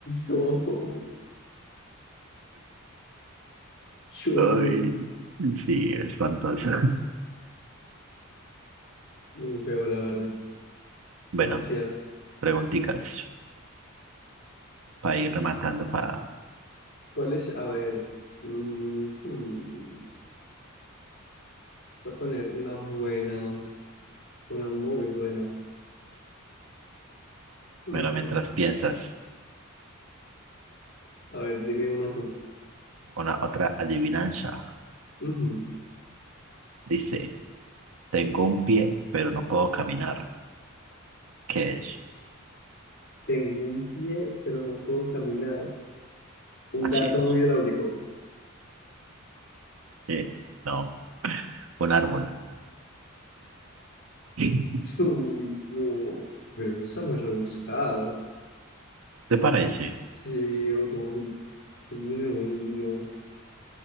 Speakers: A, on the left; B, on the right.
A: No, qué horror.
B: Ay, sí, espantoso. <laughs>
A: Muy feo, la verdad.
B: Bueno,
A: Demasiado.
B: preguntitas para ir rematando, para,
A: ¿Cuál es? A ver. mm, hmm, Voy a poner una buena, una muy buena. Mm,
B: bueno, mientras piensas,
A: A ver, dime una tú.
B: una otra adivinanza.
A: Ujú.
B: Dice, tengo un pie, pero no puedo caminar. ¿Qué es?
A: Tengo un pie, pero no puedo caminar. Un
B: Así
A: gato
B: es.
A: hidráulico.
B: Eh, No, un árbol. <laughs>
A: <laughs> Uy, no. Pero eso está muy rebuscado.
B: ¿Te parece?
A: Sí, yo como que, bueno, no,